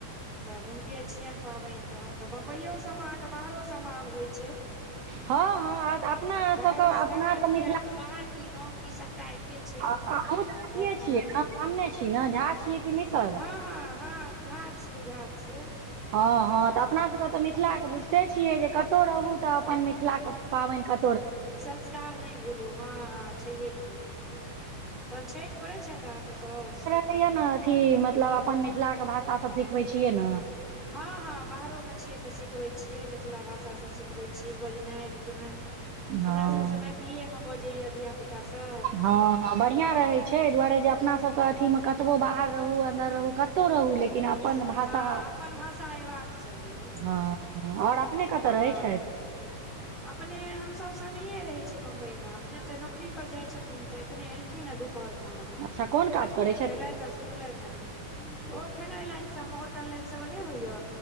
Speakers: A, in the centre; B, on the right.
A: तऽ हुनके छियनि पाबैन तहन तऽ बम्बईयो सबमे अहाँके बाहरो सबमे आब होइ छै
B: हँ अपना
A: बाहरो
B: सबके
A: से
B: अपना
A: बाहर
B: तऽ
A: की
B: मिथिला
A: आब बाहर की गाँंव की सबटा एके छै
B: <unintelligible> अहु अथि
A: तहन तऽ
B: छियै ब्राह्मण छि न झा छियै कि मिसर
A: अहाँ हँ हँ झा छियै झा छियै
B: हँ हँ तऽ अपना सबके तऽ मिथिलाके बुझिते छियै जे कतहु रहू तऽ अपन मिथिलाके पाबन क
A: संस्कार नै भूलू हँ हँ छहिए की तहन छठि करै छथि अहाँके साउस
B: <unintelligible> न अथी मतलब अपन मिथिला के भाषा सब सिखबै छियै न
A: हँ हँ बाहरोमे छियै तऽ सिखबै छियै मिथिला भाषासब सिखबै छियै बजनाइ नाय
B: हँ
A: हमरा सबसँ मैथिलीयेमे बजैया धिया पुता सब
B: हँ हँ बढ़िआँ रहै छै एहि दुआरे जे अपना सबके अथीमे कतबो बाहर रहू अन्दर रहू कतहु रहू लेकिन अपन भाषा
A: हँ अपन भाषा एबाक चाही
B: हँ हँ आओर अपने कतऽ
A: हँ
B: रहै छथि
A: अपने हमसब संगहिये रहै छियै बम्बई मे अपने तऽ नौकरी पर जाइ छथिन तऽ एखने एलखिन हँ धूप पर मे
B: अच्छा कोन काज करै
A: तऽ
B: छथिन
A: खेलैथ आ सुत सुतलथि हा ओ खेनाइ लाइन सब मे होटल लाइन सब मे नै होइय